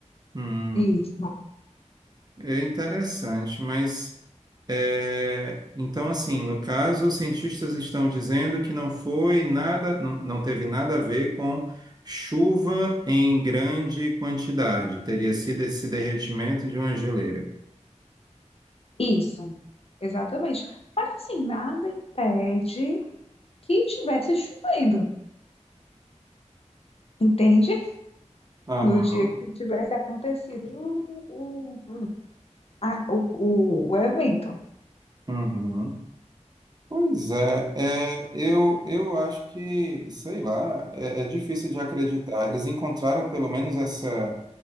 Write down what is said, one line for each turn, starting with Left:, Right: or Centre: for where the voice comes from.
Right: Hum,
Left: Isso,
Right: é interessante, mas é, então, assim, no caso, os cientistas estão dizendo que não foi nada, não, não teve nada a ver com chuva em grande quantidade, teria sido esse derretimento de uma geleira.
Left: isso. Exatamente. Mas assim, nada impede que tivesse chovendo. entende?
Right: Aham.
Left: No dia que tivesse acontecido o, o, a- o, o- o evento.
Right: Uhum. Pois é, é, eu, eu acho que, sei lá, é, é difícil de acreditar. Eles encontraram pelo menos essa,